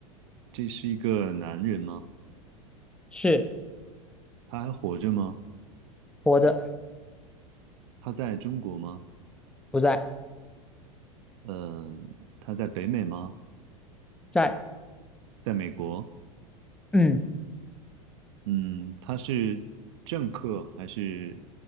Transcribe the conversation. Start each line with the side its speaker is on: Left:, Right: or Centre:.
Right: 这是一个男人吗？
Centre: 是
Right: 他还活着吗？
Centre: 活着，
Right: 他在中国吗？
Centre: 不在，
Right: 嗯，他在北美吗？
Centre: 在，
Right: 在美国？
Centre: 嗯，
Right: 嗯，他是政客还是